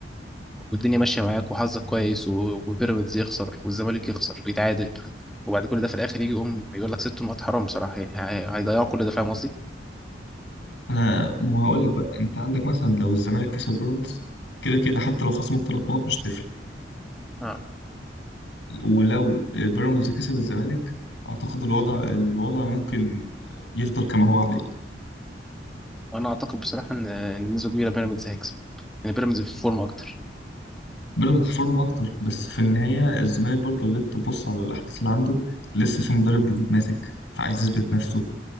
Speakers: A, in the centre; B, on the left.
A: والدنيا ماشيه معاك وحظك كويس و- وبيراميدز يخسر والزمالك يخسر ويتعادل وبعد كل ده في الاخر يجي يقوم يقول لك ست نقط حرام بصراحه يعني هي- هيضيعوا كل ده فاهم قصدي؟
B: انا ما هقول لك بقى انت عندك مثلا لو الزمالك كسب بيراميدز كده كده حتى لو خصموا ثلاث نقط مش هتفرق
A: اه
B: ولو بيراميدز كسب الزمالك اعتقد الوضع الوضع ممكن يفضل كما هو عليه
A: وانا اعتقد بصراحه ان ان بنسبه كبيره بيراميدز هيكسب يعني بيراميدز في فورمه اكتر
B: بيراميدز فورمه اكتر بس في النهايه الزمالك برضه لو جيت تبص على الاحداث اللي عنده لسه في مدرب جديد ماسك فعايز يثبت نفسه